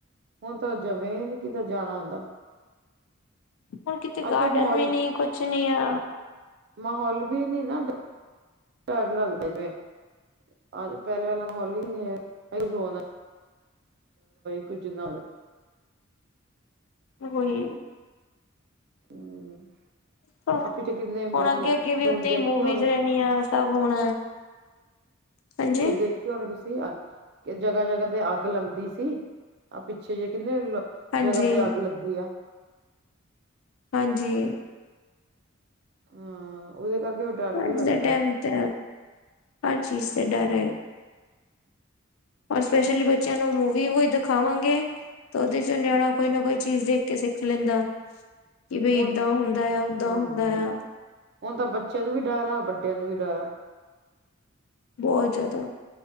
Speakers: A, on the right; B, on the left.
A: ਹੁਣ ਤਾਂ ਜਮੇ ਨ ਕਿਤੇ ਜਾਣਾ ਹੁੰਦਾ
B: ਹੁਣ ਕਿਤੇ
A: ਅੱਜ
B: ਗਾਰਡਨ
A: ਕੱਲ੍ਹ ਮਾਹੌਲ
B: ਵੀ ਨੀ, ਕੁਛ ਨੀ ਆ
A: ਮਾਹੌਲ ਵੀ ਨੀ ਨਾ ਡਰ ਲੱਗਦਾ ਜਿਵੇਂ, ਅ ਪਹਿਲੇ ਵਾਲਾ ਮਾਹੌਲੀ ਨ ਕੁਛ ਹੋ ਕੁੱਝ ਨਾਲ
B: ਹੋਈ,
A: ਹੂੰ,
B: ਹੁਣ
A: ਆ ਪਿੱਛੇ ਕਿੰਨੇ ਨਿਊਜ਼
B: ਅੱਗੇ ਅੱਗੇ ਵੀ ਉੱਥੇ
A: ਦੇਖੀ
B: ਹੀ ਮੂਵੀਜ਼
A: ਹੋਣੀ
B: ਰਹਿਣੀਆਂ ਸਭ ਹੁਣ ਹਾਂਜੀ
A: ਕੁ ਦੇਖ, ਤੁਸੀਂ ਜਗ੍ਹਾ ਜਗ੍ਹਾ ਤੇ ਅੱਗ ਲੱਗਦੀ ਸੀ, ਤਾਂ ਪਿੱਛੇ ਜੇ ਕਹਿੰਦੇ।
B: ਹਾਂਜੀ
A: ਜਗ੍ਹਾ ਤੇ ਅੱਗ ਲੱਗੀ ਆ।
B: ਹਾਂਜੀ,
A: ਹਾਂ ਉਹਦੇ ਕਰਕੇ ਡਰ ਵੀ
B: ਅੱਜ
A: ਲੱਗਦੇ,
B: ਦਾ ਟਾਈਮ ਤੇ ਹਰ ਚੀਜ਼
A: ਹਮ
B: ਤੇ ਡਰ ਰ ਸਪੈਸ਼ਲੀ ਬੱਚਿਆਂ ਨੂੰ ਮੂਵੀ ਦਿਖਾਵਾਂਗੇ, ਤੇ ਉਹਦੇ ਚ ਨਿਆਣਾ ਕੋਈ ਨਾ ਕੋਈ ਚੀਜ਼ ਦੇਖ ਕੇ ਸਿੱਖ ਲੈਂਦਾ, ਕਿ ਬਈ
A: ਹੁਣ
B: ਏਦਾਂ ਹੁੰਦਾ ਆ ਓਦਾਂ
A: ਹਾਂਜੀ
B: ਹੁੰਦਾ ਆ
A: ਹੁਣ ਤਾਂ ਬੱਚਿਆਂ ਨੂੰ ਵੀ ਡਰ ਆ, ਵੱਡਿਆਂ ਨੂੰ ਵੀ ਡਰ ਆ
B: ਬਹੁਤ ਜ਼ਿਆਦਾ